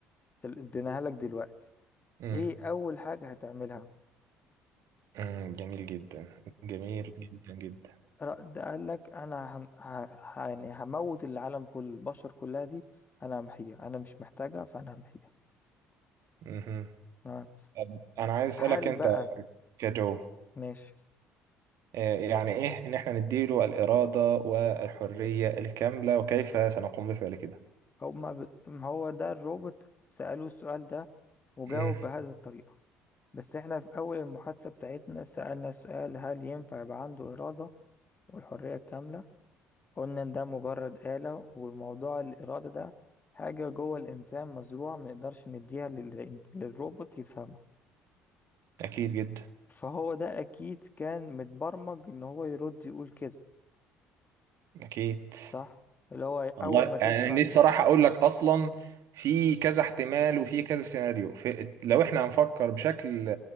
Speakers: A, on the left (about 30°); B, on the right (about 65°).
A: ال- اديناها لك دلوقتي
B: صح
A: ايه أول حاجة هتعملها
B: مم، جميل جدا جميل جدا جدا
A: ر- ده قال لك انا هن... ه... ه- يعني هموت العالم كل البشر كلها دي انا همحيها انا مش محتاجها فانا همحيها
B: مهم.
A: تمام
B: طب انا عايز اسالك
A: هل
B: انت
A: بقى
B: كجو
A: ماشي
B: آه، يعني ايه ان احنا نديله الاراده والحريه الكامله وكيف سنقوم بفعل كده
A: هما ب... ما هو ده الروبوت سألوه السؤال ده وجاوب
B: مم،
A: بهذه الطريقة بس احنا في اول المحادثة بتاعتنا سألنا سؤال هل ينفع يبقى عنده إرادة والحرية الكاملة قلنا ان ده مجرد آلة وموضوع الإرادة ده حاجة جوه الإنسان مزروعة ما نقدرش نديها لل... للروبوت يفهمها
B: اكيد جدا
A: فهو ده اكيد كان متبرمج ان هو يرد يقول كده
B: اكيد
A: صح اللي هو اول
B: الله
A: ما تسمع
B: يعني أنا
A: الجمله
B: لسه راح اقول لك اصلا في كذا احتمال وفي كذا سيناريو في لو احنا هنفكر بشكل